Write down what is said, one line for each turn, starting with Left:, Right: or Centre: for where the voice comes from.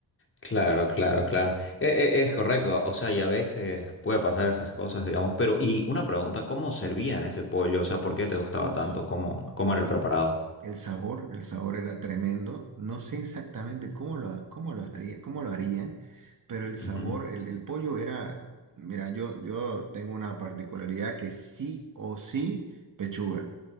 Left: claro, claro, claro. E- e- Es, correcto, o sea, y a veces puede pasar esas cosas, digamos, pero, y una pregunta, ¿cómo servían ese pollo? O sea, ¿por qué te gustaba
Right: Uf.
Left: tanto? ¿Cómo,
Right: Ah,
Left: cómo era
Right: El,
Left: el preparado?
Right: el sabor, el sabor era tremendo. No sé exactamente cómo lo, cómo lo estaría, cómo lo haría, pero el sabor,
Left: Ujú.
Right: el, el pollo era, mira, yo, yo tengo una particularidad que sí o sí pechuga.